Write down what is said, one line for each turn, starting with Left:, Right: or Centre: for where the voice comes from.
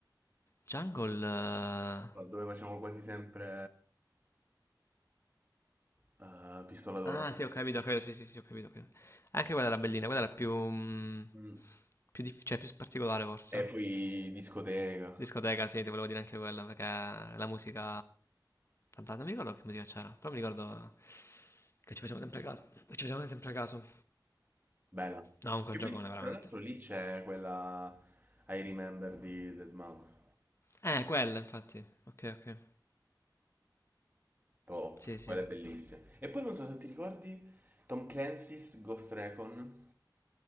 Left: Jungle... eh,
Right: No, dove facciamo quasi sempre eh, Pistola d'Oro.
Left: Ah sì, ho capito, ho capito, sì, sì, sì, ho capito, ho capito. Anche quella era bellina, quella era più... mm,
Right: Mm.
Left: più, dif- cioè, più particolare forse.
Right: E poi discoteca,
Left: Discoteca, sì, ti volevo dire anche quella, perché la musica... Fantastica, non mi ricordo che musica c'era, però mi ricordo che ci facevamo sempre caso. Che ci facevamo sempre caso.
Right: bella.
Left: No, comunque
Right: Che
Left: è un giocone,
Right: poi,
Left: veramente.
Right: tra l'altro, lì c'è quella I Remember di Deadmau5,
Left: Eh, quella, infatti. Ok, ok.
Right: top,
Left: Sì, sì.
Right: quella è bellissima. E poi non so se ti ricordi Tom Clancy's Ghost Recon,